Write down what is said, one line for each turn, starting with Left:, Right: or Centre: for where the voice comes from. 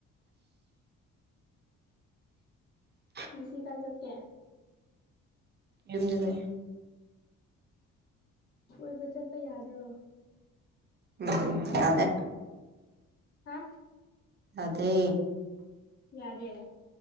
Right: ꯑ <inaudible>
Left: ꯉꯁꯤ ꯀ ꯆ ꯀꯦ
Right: ꯌꯨꯝꯖ ꯂꯩ
Left: ꯀꯣꯏꯕ ꯆꯠꯄ ꯌꯥꯗ꯭ꯔꯣ
Right: ꯎꯝ ꯑꯗꯦ
Left: ꯍꯥ
Right: ꯑꯗꯦ
Left: ꯌꯥꯗꯦꯔ